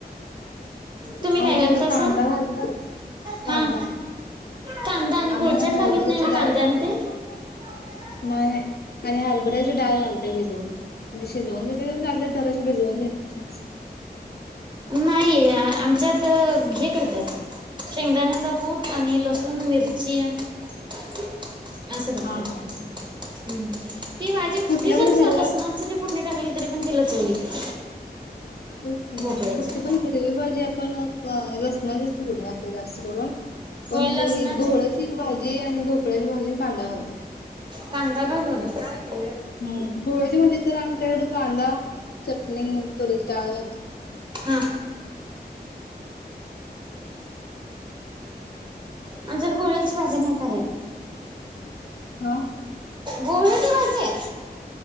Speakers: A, on the right; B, on the left.
A: तुम्ही काय
B: आमच्याकडं
A: घालतासा?
B: कांदा घालतात.
A: हा
B: कांदा
A: कांदा गुळचाट
B: आणि हारभराची
A: लागीत नाही कांद्या
B: डाळ.
A: आणि ते? <inaudible>
B: नाही नाही आणि हरभऱ्याची डाळ घालतोय भिजवून म्हणजे शिजवून घेतली बी चालतंय जराशी भिजवून घेत <inaudible>
A: नाहीये आम् त हे करत्यात शेंगदाण्याचा कुट आणि लसूण, मिरची <inaudible> असं करत्यात
B: हा हा
A: हम्म ती भाजी नुसती
B: कुठल्या
A: जरी
B: पण हिरव्या
A: लसणात जरी फुडणी टाकली तरी पण तिला चव येत्या.
B: तेच की
A: भोपळ्याच्या.
B: कुठली पण हिरवी भाजी आपण अ ह लसणाचीच फोडणी असत्या जास्त करून पण
A: होय लसणाची
B: ते घोळ्याची ग भाजी आणि भोपळ्याची भाजी कांदा घालतय
A: कांदाा काज
B: हम्म भोळ्याची भाजी तर आमच्याकडे कांदा चटणी तुरीची डाळ घालते
A: ह आमच्या तर गोळीची भाजी नाही खच
B: हा
A: गोोल की माझे